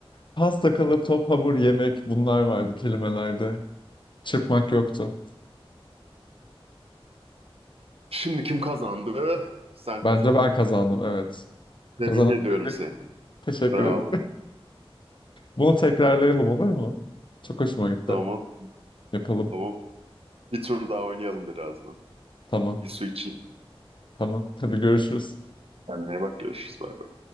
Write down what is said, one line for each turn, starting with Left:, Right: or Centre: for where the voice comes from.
Left: Pasta, kalıp, top, hamur, yemek bunlar vardı kelimelerde. Çırpmak yoktu.
Right: Şimdi kim kazandı? Sen
Left: Bence
Right: kazandın.
Left: ben kazandım evet. Kazanan
Right: Tebrik ediyorum
Left: benim.
Right: seni.
Left: Teşekkür
Right: Bravo.
Left: ederim. Bunu tekrarlayalım olur mu? Çok hoşuma gitti.
Right: Tamam
Left: Yapalım.
Right: tamam. Bir tur daha oynayalım birazdan.
Left: Tamam.
Right: Bir su içeyim.
Left: Tamam. Hadi görüşürüz.
Right: Kendine iyi bak görüşürüz. Bay bay.